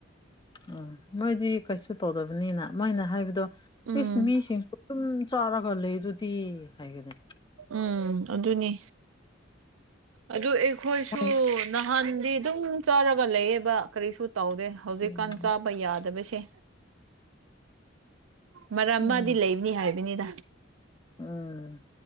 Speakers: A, on the left; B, on the right.
A: ꯎꯝ ꯃꯣꯏꯗꯤ ꯀꯩꯁꯨ ꯇꯧꯗꯕꯅꯤꯅ ꯃꯣꯏꯅ ꯍꯥꯏꯕꯗꯣ
B: ꯎꯝ
A: ꯏꯁ ꯃꯤꯁꯤꯡꯁꯨ ꯑꯗꯨ ꯆꯥꯔ ꯂꯩ ꯑꯗꯨꯗꯤ ꯍꯥꯏꯒꯗ
B: ꯎꯝ ꯑꯗꯨꯅꯤ ꯑꯗꯨ ꯑꯩꯈꯣꯏꯁꯨ
A: ꯍꯣꯏ
B: ꯅꯍꯥꯟꯗꯤ ꯑꯗꯨꯝ ꯆꯥꯔꯒ ꯂꯩꯌꯦꯕ ꯀꯔꯤꯁꯨ ꯇꯧꯔꯦ ꯍꯧꯖꯤꯛꯀꯥꯟ
A: ꯎꯝ
B: ꯆꯥꯕ ꯌꯥꯗꯕꯁꯦ ꯃꯔꯝ ꯑꯃꯗꯤꯗꯤ
A: ꯎꯝ
B: ꯂꯩꯕꯅꯤ ꯍꯥꯏꯕꯅꯤꯗ
A: ꯎꯝ